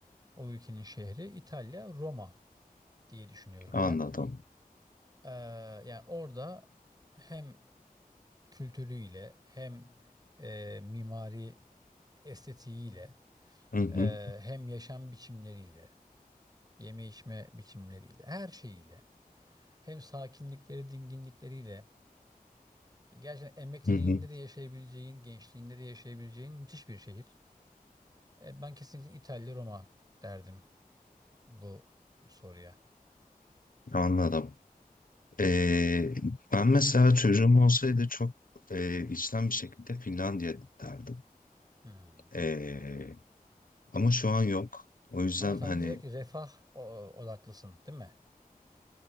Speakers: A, on the right; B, on the left.
A: o ülkenin şehri İtalya, Roma diye düşünüyorum
B: anladım.
A: ben. Ee, yani orada hem kültürüyle hem e, mimari estetiğiyle
B: Hı hı,
A: e, hem yaşam biçimleriyle, yeme içme biçimleriyle, her şeyiyle, hem sakinlikleri, dinginlikleriyle gerçekten emekliliğinde
B: hı hı,
A: de yaşayabileceğin, gençliğinde de yaşayabileceğin müthiş bir şehir. E, ben kesinlikle İtalya Roma derdim bu soruya.
B: anladım. Ee, ben mesela çocuğum olsaydı çok e, içten bir şekilde Finlandiya derdim.
A: Hmm.
B: Ee, ama şu an yok. O yüzden
A: Ama sen
B: hani
A: direkt refah o- odaklısın, değil mi?